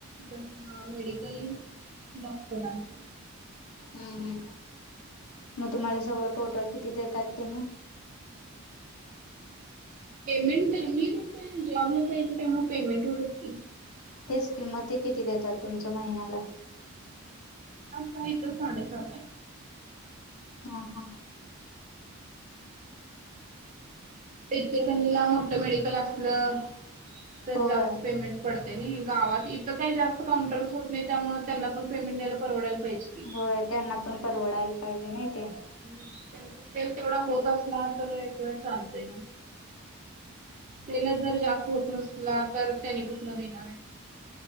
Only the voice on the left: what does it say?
हुं हुं मग तुम्हाला सगळं टोटल किती देतात त्यानी?
तेच किं मग, ते किती देतात तुमच महिन्याला?
हा हा.
होय
व्हय त्यांना पण परवडायला पाहिजे नाही ते